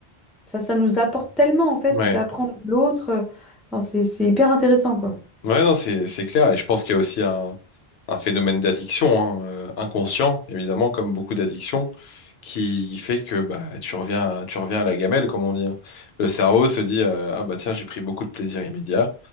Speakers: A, in the centre; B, on the left.
A: ça, ça nous apporte tellement en fait
B: Ouais.
A: d'apprendre de l'autre. Enfin, c'est, c'est hyper intéressant, quoi.
B: Ouais, non, c'est c'est clair. Et je pense qu'il y a aussi un, un phénomène d'addiction, hein, euh, inconscient, évidemment, comme beaucoup d'addictions, qui fait que bah, tu reviens, tu reviens à la gamelle, comme on dit. hein. Le cerveau se dit euh, Ah bah tiens, j'ai pris beaucoup de plaisir immédiat.